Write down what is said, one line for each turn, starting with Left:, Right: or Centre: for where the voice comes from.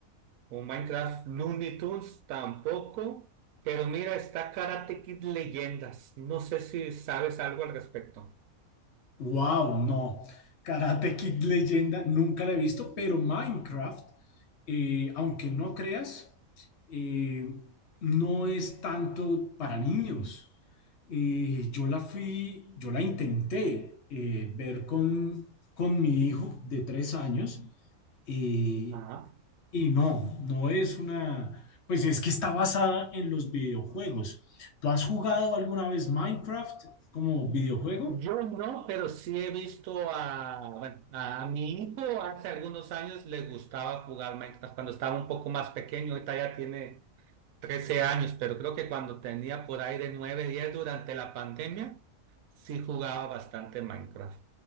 Right: o Minecraft Looney Tunes tampoco. Pero mira, está Karate Kid Leyendas. No sé si sabes algo al respecto.
Left: Wow, no. Karate Kid Leyenda, nunca la he visto, pero Minecraft, eh, aunque no creas, eh, no es tanto para niños. Eh, yo la fui, yo la intenté eh, ver con, con mi hijo de tres años eh,
Right: Ajá.
Left: y no, no es una, pues es que está basada en los videojuegos. ¿Tú has jugado alguna vez Minecraft como videojuego?
Right: Yo no, pero sí he visto a, bueno, a mi hijo hace algunos años le gustaba jugar Minecraft cuando estaba un poco más pequeño. Ahorita ya tiene 13 años, pero creo que cuando tenía por ahí de 9, 10 durante la pandemia, sí jugaba bastante Minecraft.